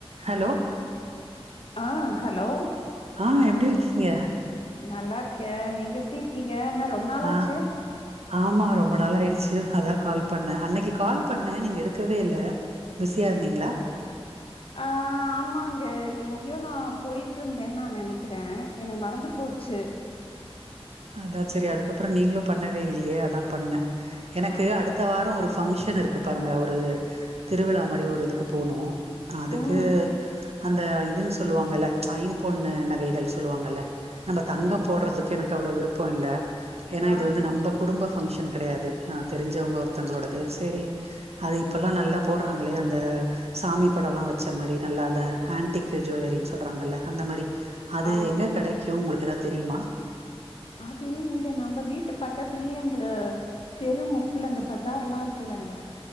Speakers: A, on the right (about 85°); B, on the left (about 65°).
A: Hello
B: ஆ hello
A: ஆ எப்டி இருக்கீங்க
B: நல்லா இருக்கே நீங்க எப்டி இருக்கீங்க என்ன ரொம்ப நாளாச்சி
A: ஆ ஆமா ரொம்ப நாளா ஆயிடுச்சி அதான் கால் பண்ணே அன்னைக்கி கால் பண்ணே நீங்க எடுக்கவே இல்ல பிஸியா இருந்தீங்களா
B: ஆ ஆமாங்க எங்கேயோ நா போய்ட்டுருந்தேன்னு நா நெனைக்கிறே எனக்கு மறந்து போச்சி
A: அதா செரி அதுக்கப்றோ நீங்களு பண்ணவே இல்லயே அதா பண்ணே எனக்கு
B: ஆமா
A: அடுத்த வாரோ ஒரு ஃபங்க்ஷன் இருக்கு பாருங்க ஒரு திருவிழா மாரி ஒரு இதுக்கு போனு அதுக்கு
B: ம்
A: அந்த இதுன்னு சொல்லுவாங்கல்ல ஐம்பொண்ணு நகைகள் சொல்லுவாங்கல்ல நம்ம தங்கம் போடுறதுக்கு எனக்கு அவ்ளவு விருப்போ இல்ல ஏன்னா
B: ஆ
A: இது வந்து நம்ம குடும்ப ஃபங்க்ஷன் கிடையாது ஆ தெரிஞ்சவங்க ஒருத்தவங்களோடது சேரி அது இப்போல்லா நல்லா போடுறாங்களே அந்த சாமி படோ எல்லா வச்ச மாரி நல்லா அந்த ஆன்டிக் ஜுவலரின்னு சொல்றாங்கல்ல அந்த மாரி அது
B: ஆமா
A: எங்க கெடைக்கு உங்களுக்கு ஏதாது தெரியுமா
B: அது இங்க நம்ம வீட்டு பக்கத்துலயே அந்த தெருமுக்குல அந்த பசார் எல்லா இருக்குல்லங்க